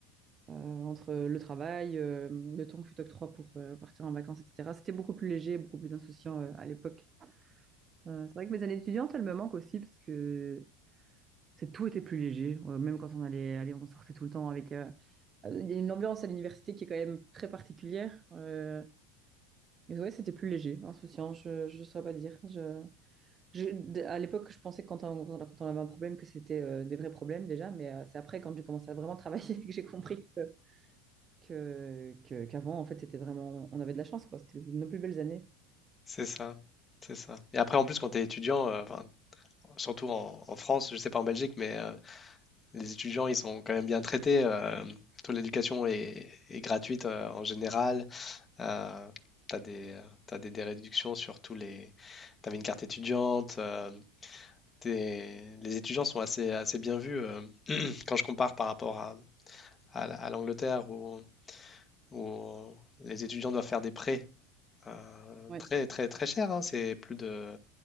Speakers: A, on the right (about 30°); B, on the left (about 25°).
A: euh, entre le travail, euh, le temps que tu t'octroies pour euh, partir en vacances, etc. C'était beaucoup plus léger, beaucoup plus insouciant euh, à l'époque. Euh, c'est vrai que mes années étudiantes, elles me manquent aussi parce que c'est tout était plus léger. Euh, même quand on allait, allez, on sortait tout le temps avec. euh, euh, Il y a une ambiance à l'université qui est quand même très particulière. euh, mais ouais, c'était plus léger, insouciant. Je je saurais pas dire. Je, je- d- à l'époque, je pensais que quand on, quand on avait un problème que c'était euh, des vrais problèmes déjà, mais euh, c'est après quand j'ai commencé à vraiment travailler <laughs> que j'ai compris que que, que- qu'avant, en fait, c'était vraiment, on avait de la chance, quoi. C'était nos plus belles années.
B: C'est ça, c'est ça. Et après, en plus, quand tu es étudiant, euh, enfin, surtout en, en France, je sais pas en Belgique, mais euh, les étudiants, ils sont quand même bien traités. euh, surtout l'éducation est, est gratuite euh, en général. Euh, t'as des, euh, t'as des, des réductions sur tous les. T'avais une carte étudiante. euh, t'es- les étudiants sont assez, assez bien vus. euh. Quand je compare par rapport à, à l- à l'Angleterre où, où les étudiants doivent faire des prêts euh,
A: Ouais,
B: très, très, très chers, hein, c'est plus de